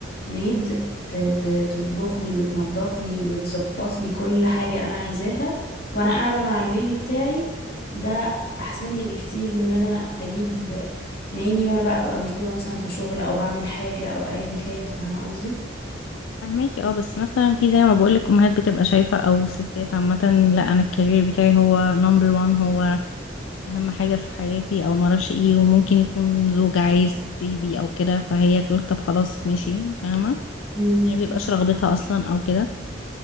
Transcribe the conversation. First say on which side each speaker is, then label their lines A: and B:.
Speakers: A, on the left; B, on the left.
A: ميد ت- ت- تطبخ لي وتنظف لي وتظبط لي كل حاجة أنا عايزاها وأنا قاعدة مع البيبي بتاعي ده أحسن لي بكتير من إن أنا أجيب ناني وأنا بقى بقى مشغولة مثلا في شغل أو بعمل حاجة أو أيا كان فاهمة قصدي؟
B: فهماكي اه بس مثلا في زي ما بقولك امهات بتبقى شايفة او ستات عامة لا انا الكارير بتاعي هو نمبر وان هو اهم حاجة في حياتي او معرفش ايه وممكن يكون زوج عايز بيبي او كده فهي تقول طب خلاص ماشي فاهمة
A: مم.
B: يعني مبيبقاش رغبتها اصلا او كده